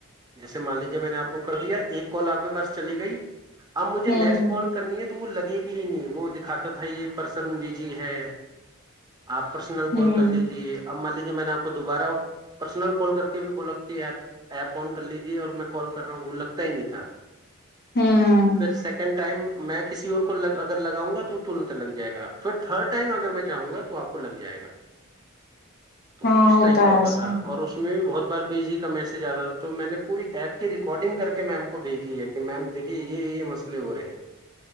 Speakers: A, on the right; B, on the left.
A: جیسے مان لیجیے میں نے آپ کو کر دیا ایک کال آپ کے پاس چلی گئی اب مجھے
B: ہوں
A: نیکسٹ کال کرنی ہے تو تو لگے گی ہی نہیں وہ دکھاتا تھا یہ پرسن بی جی ہے آپ پرسنل
B: ہوں
A: کال کر لیجیے اب مالک جی میں نے آپ کو دوبارہ پرسنل کال کر کے بھی بولا کی ایپ ایپ آن کر لیجے اور میں کال کر رہا ہوں وہ لگتا ہی نہیں تھا
B: ہوں
A: پھر سیکنڈ ٹائم میں کسی اور کو اگر لگؤں گا تو ترنت لگ جائے گا پھر تھرڈ ٹائم اگر میں چاہوں گا تو آپ کو لگ جائے گا تو
B: ہاں
A: اس ٹائپ کا
B: ہے
A: ہوتا
B: ایسا
A: تھا اور اس میں بھی بہت بار بیز کا میس زیادہ تھا تو میں نے پوری ایپ کی ریکارڈنگ کر کے میم کو بھیجی ہے کہ میم دیکھیے یہ یہ مسئلے ہو رہے ہیں